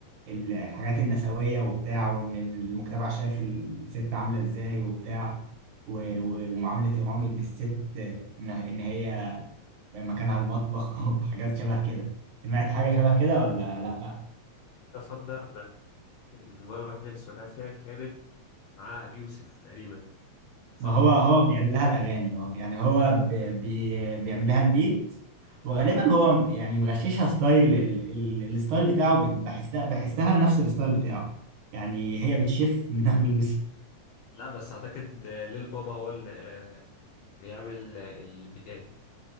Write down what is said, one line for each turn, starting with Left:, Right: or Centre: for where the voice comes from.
Right: ال- الحاجات النسوية وبتاع وإن المجتمع شايف الست عاملة إزاي وبتاع و- و- ومعاملة الراجل للست إن إن هي مكانها المطبخ <laughs> وحاجات شبه كده سمعت حاجة شبه كده ولا لأ؟
Left: أفضل أنا المرة الوحيدة اللي سمعتها فيها كانت مع أبي يوسف تقريبا صح؟
Right: ما هو هو بيعمل لها الاغاني اه يعني هو ب- بي بيعمل لها البيت وغالبا هو يعني مغششها ستايل ال- ال- الستايل بتاعه بت- بحسها بحسها نفس الستايل بتاعه يعني هي بتشف من ابو يوسف
Left: لا بس أعتقد ليل بابا هو اللي آه، بيعمل آه، البيتات